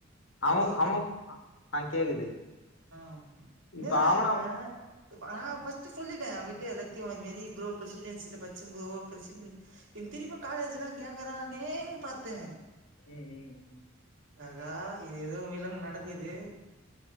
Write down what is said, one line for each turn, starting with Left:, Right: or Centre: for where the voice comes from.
Right: ஹலோ
Left: அவொ அவொ ஆ கேக்குது
Right: அ என்னதுடா
Left: இப்ப அவனா
Right: இவெ நாங்க ஃபஸ்ட் த்து சொல்லிட்டே அவங்கிட்ட எல்லாத்தையு இதுமாரி ப்ரோ ப்ரசிடன்சில பச்சே ப்ரோ பிரசிடன் என் திருப்ப காலேஜல்லா கேக்கறானேன் பாத்தே
Left: ம் ம் ம்
Right: அகா இது எது வில்லங்கோ நடக்குது